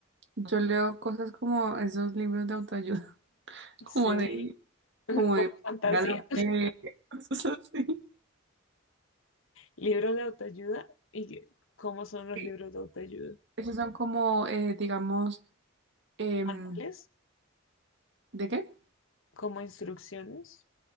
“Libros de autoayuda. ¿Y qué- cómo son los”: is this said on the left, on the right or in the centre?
Left